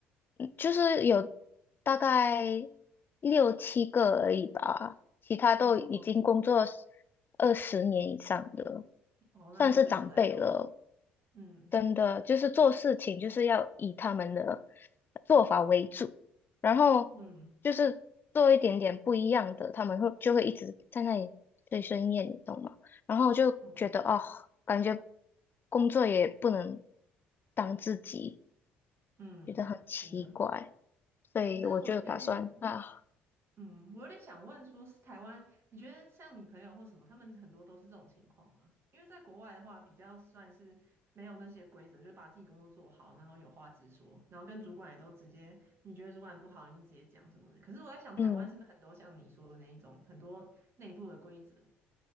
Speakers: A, on the left; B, on the right.
A: 就是有大概六七个而已吧，其他都已经工作
B: 哦
A: 二十年以上的，
B: 哦，那真的有代沟，
A: 算是长辈了。
B: 嗯
A: 真的，就是做事情就是要以他们的做法为主，然后就是做一点点不一样的，
B: 嗯
A: 他们会就会一直在那里碎碎念，你懂吗？然后我就觉得哦，
B: 哦
A: 感觉工作也不能当自己，
B: 嗯，
A: 觉得很奇怪。
B: 真的。
A: 所以我就打算啊，
B: 可是我有点，嗯，我有点想问说，是台湾，你觉得像你朋友或什么，他们很多都是这种情况吗？因为在国外的话，比较算是没有那些规则，就把自己工作做好，然后有话直说，然后跟主管也都直接，你觉得主管不好，你就直接讲什么的。可是我在想，台湾是不是很多像你说的那一种，
A: 嗯，
B: 很多内部的规则？